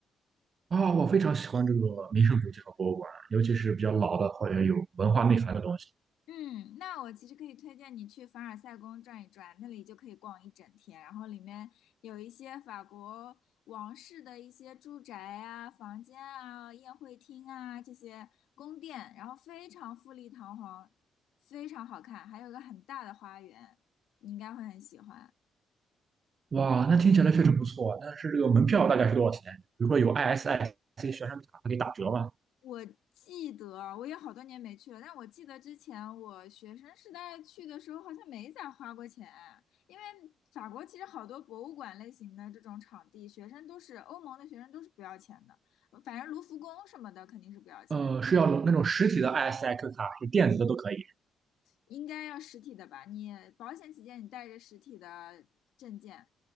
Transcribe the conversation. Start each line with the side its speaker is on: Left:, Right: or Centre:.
Right: 啊、我非常喜欢这个名胜古迹和博物馆，尤其是比较老的或者有文化内涵的东西。
Left: 嗯，那我其实可以推荐你去凡尔赛宫转一转，那里就可以逛一整天。然后里面有一些法国王室的一些住宅啊、房间啊、宴会厅啊这些宫殿，然后非常富丽堂皇，非常好看，还有个很大的花园，你应该会很喜欢。
Right: 哇，那听起来确实不错。但是这个门票大概是多少钱？比如说有 ISIC 学生卡可以打折吗？
Left: 我记得，我也好多年没去了，但我记得之前我学生时代去的时候，好像没咋花过钱，因为法国其实好多博物馆类型的这种场地，学生都是欧盟的学生都是不要钱的，呃反正卢浮宫什么的肯定是不要钱，
Right: 呃，是要那种实体的 ISIQ 卡，还是电子的都可以？
Left: 应该要实体的吧？你保险起见，你带着实体的证件